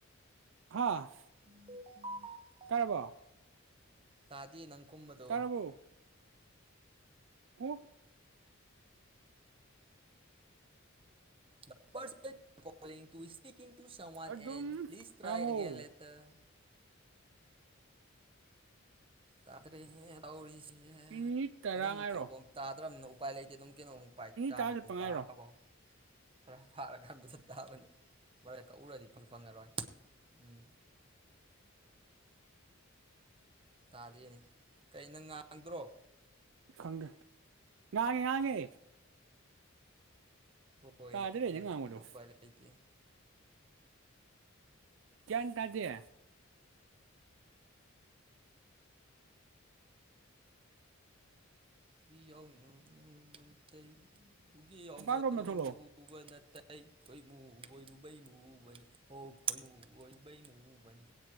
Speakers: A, on the right (about 60°); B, on the right (about 25°).
A: ꯍꯥꯥ
B: <unintelligible>
A: ꯇꯥꯔꯕꯣ
B: ꯇꯥꯗꯦ ꯅꯪ ꯈꯨꯝꯕꯗꯣ
A: ꯇꯥꯔꯕꯣ <inaudible>
B: <unintelligible> two speaking to someone
A: ꯑꯗꯨꯝ
B: ꯑꯦꯟ ꯄ꯭ꯂꯤꯖ
A: ꯉꯥꯡꯉꯣ
B: ꯇ꯭ꯔꯥꯏ ꯑꯒꯦꯟ ꯂꯦꯇꯔ ꯇꯥꯗ꯭ꯔꯦꯍꯦ ꯇꯧꯔꯤꯁꯦ
A: ꯃꯤꯅꯤꯠ ꯇꯔꯥ
B: ꯑꯗꯨꯝ
A: ꯉꯥꯏꯔꯣ
B: <inaudible> ꯇꯥꯗ꯭ꯔꯕꯅꯤꯅ ꯎꯄꯥꯏ ꯂꯩꯇꯦ ꯑꯗꯨꯝ ꯀꯩꯅꯣ ꯄꯥꯏ ꯇꯥꯃꯤ
A: ꯇꯔꯥ ꯆꯠꯄ
B: ꯃꯤꯅꯤꯠ
A: ꯉꯥꯏꯔꯣ
B: ꯇꯔꯥꯐꯧ ꯈꯔ ꯐꯥꯔꯀꯥꯟ <inaudible> ꯇꯥꯕꯅꯤ ꯃꯔꯛꯇ ꯀꯛꯎꯔꯗꯤ <inaudible> ꯐꯪꯉꯔꯣꯏ ꯎꯝ ꯇꯥꯗꯦꯅꯦ ꯀꯩꯅꯣꯅꯪ ꯉꯥꯡꯗ꯭ꯔꯣ
A: ꯈꯪꯗ꯭ꯔꯦ ꯉꯥꯡꯉꯦ ꯉꯥꯡꯉꯦ
B: ꯍꯣꯏ
A: ꯇꯥꯗ꯭ꯔꯦ
B: ꯑꯗꯨ
A: ꯅꯪ
B: ꯅꯠꯇꯗ
A: ꯉꯥꯡꯕꯗꯣ
B: ꯎꯄꯥꯏ ꯂꯩꯇꯦ
A: ꯒꯌꯥꯟ ꯇꯥꯗꯦ
B: <unintelligible>
A: ꯃꯄꯥꯟꯂꯣꯝꯗ ꯊꯣꯛꯂꯛꯑꯣ
B: ꯃꯨꯕ ꯅꯠꯇꯦ ꯈꯣꯏꯃꯨ ꯑꯣꯏꯔꯨꯕꯩ ꯃꯨꯕꯅꯤ ꯍꯣ ꯈꯣꯏꯃꯨ ꯑꯣꯏꯔꯨꯕꯩ ꯃꯨꯕꯅꯤ